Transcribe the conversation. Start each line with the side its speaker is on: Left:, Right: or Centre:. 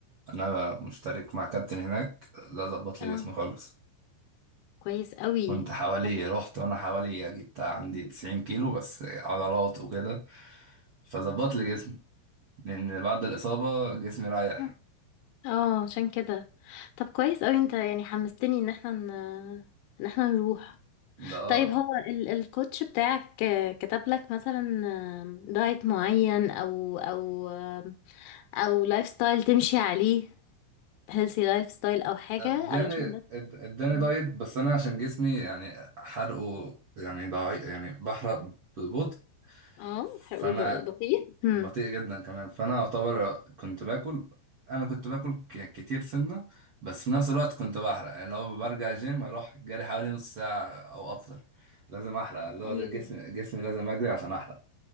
Right: انا مشترك مع كابتن هناك لا ظبط
Left: اه
Right: لي جسمي خالص
Left: كويس قوي
Right: كنت حوالي
Left: طب
Right: رحت وانا حوالي جبت عندي 90 كيلو بس عضلات وكده فظبط لي جسمي لان بعد الاصابه جسمي رايح
Left: حلو. اه عشان كده طب كويس قوي انت يعني حمستني ان احنا ن... ان احنا نروح
Right: ده اه
Left: طيب هو ال... الكوتش بتاعك آه، كتب لك مثلا آه، دايت معين او او آه، او لايف ستايل تمشي عليه هيلثي لايف ستايل او حاجه
Right: اداني
Left: علشان بس
Right: اد- اداني
Left: مم.
Right: دايت بس انا عشان جسمي يعني حرقه يعني ضعيف يعني بحرق ببطء
Left: اه
Right: فانا
Left: حلو ب- بسيط مم.
Right: بطيء جدا كمان فانا اعتبر كنت باكل انا كنت باكل ك- كتير سنه بس في نفس الوقت كنت بحرق يعني لو برجع جيم اروح جري حوالي نص ساعه او اكتر لازم احرق اللي هو
Left: ايوه
Right: جسمي جسمي لازم اجري عشان احرق